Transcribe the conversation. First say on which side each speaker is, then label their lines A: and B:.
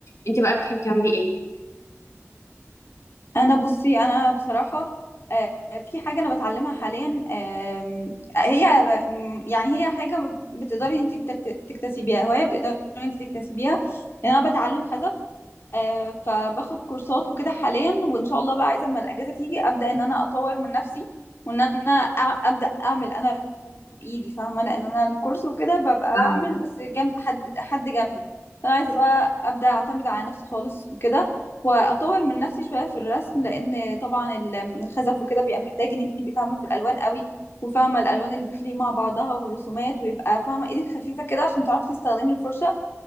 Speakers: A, on the left; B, on the left.
A: انت بقى بتحبي تعملي ايه
B: انا بصي انا بصراحة آه، في حاجة انا بتعلمها حاليا آم، هي م- يعني هي حاجة م- بتقدري انت تكت- تكتسبيها هواية بتقدري انت تكتسبيها لان انا بتعلم خزف آه، فباخد كورسات وكده حاليا وان شاء الله بقى عايزة اما الاجازة تيجي ابدأ ان انا اطور من نفسي وان انا أع- ابدا اعمل انا بايدي فاهمه لان انا الكورس وكده ببقى
A: فاهمه
B: بعمل بس جنب حد حد جنبي فانا عايزه بقى ابدا اعتمد على نفسي خالص وكده واطور من نفسي شويه في الرسم لان طبعا ال- الخزف وكده بيبقى محتاج ان انت تبقي فاهمه في الالوان قوي وفاهمه الالوان اللي بتليق مع بعضها والرسومات ويبقى فاهمه ايدك خفيفه كده عشان تعرفي تستخدمي الفرشه